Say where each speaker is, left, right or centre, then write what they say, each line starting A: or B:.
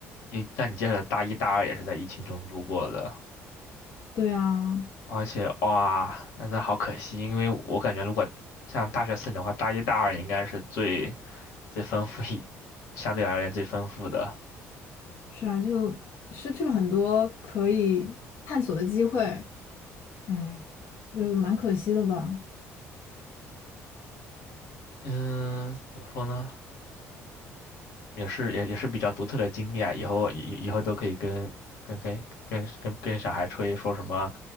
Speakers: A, on the left; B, on the left.
A: 你那你接下来大一大二也是在疫情中度过的，
B: 对啊，
A: 而且哇，那真的好可惜，因为我感觉如果像大学四年的话，大一大二应该是最最丰富一，相对而言最丰富的。
B: 是啊，就失去了很多可以探索的机会，哎，就蛮可惜的吧。
A: 嗯，怎么说呢？也是也也是比较独特的经历啊，以后以以后都可以跟跟跟跟跟跟小孩吹说什么